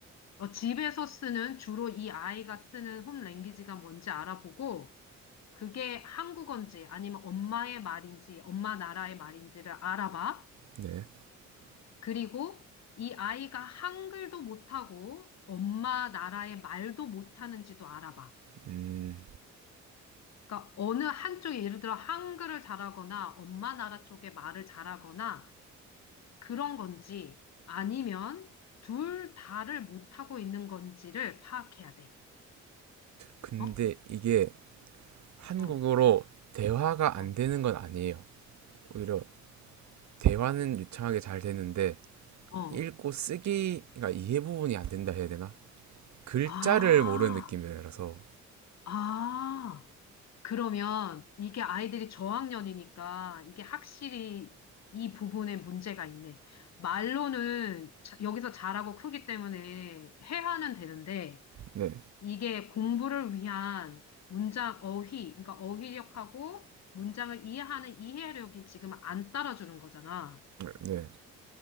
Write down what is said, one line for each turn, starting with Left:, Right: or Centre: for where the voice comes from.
Left: 어, 집에서 쓰는, 주로 이 아이가 쓰는 홈 랭귀지가 뭔지 알아보고, 그게 한국어인지 아니면 엄마의 말인지 엄마 나라의 말인지를 알아봐.
Right: 네.
Left: 그리고 이 아이가 한글도 못하고 엄마 나라의 말도 못하는지도 알아봐.
Right: 음.
Left: 그러니까 어느 한쪽이 예를 들어 한글을 잘하거나 엄마 나라 쪽의 말을 잘하거나 그런 건지 아니면 둘 다를 못하고 있는 건지를 파악해야 돼.
Right: 근데
Left: 어?
Right: 이게 한국어로
Left: 어,
Right: 대화가
Left: 어,
Right: 안 되는 건 아니에요. 오히려 대화는 유창하게 잘 되는데
Left: 어, 어.
Right: 읽고 쓰기 그러니까 이해 부분이 안 된다 해야 되나? 글자를
Left: 아,
Right: 모르는 느낌이라서
Left: 아. 그러면 이게 아이들이 저학년이니까 이게 확실히 이 부분에 문제가 있네. 말로는 자- 여기서 잘하고 크기 때문에 회화는 되는데
Right: 네.
Left: 이게 공부를 위한 문장 어휘, 그러니까 어휘력하고 문장을 이해하는 이해력이 지금 안 따라주는 거잖아.
Right: 네.